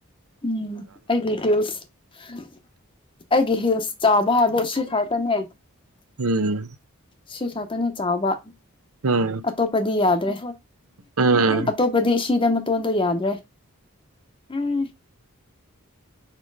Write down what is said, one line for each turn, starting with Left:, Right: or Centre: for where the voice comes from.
Left: ꯎꯝ ꯑꯩꯒꯤ <unintelligible> ꯑꯩꯒꯤ ꯍꯤꯜꯁ ꯆꯥꯕ ꯍꯥꯏꯕ ꯁꯤ ꯈꯛꯇꯅꯦ
Right: ꯎꯝ
Left: ꯁꯤ ꯈꯛꯇꯅꯤ ꯆꯥꯎꯕ
Right: ꯎꯝ
Left: ꯑꯇꯣꯞꯄꯗꯤ ꯌꯥꯗ꯭ꯔꯦ
Right: ꯎꯝ
Left: ꯑꯇꯣꯞꯄꯗꯤ ꯁꯤꯗ ꯃꯇꯣꯟꯗꯣ ꯌꯥꯗ꯭ꯔꯦ ꯎꯝ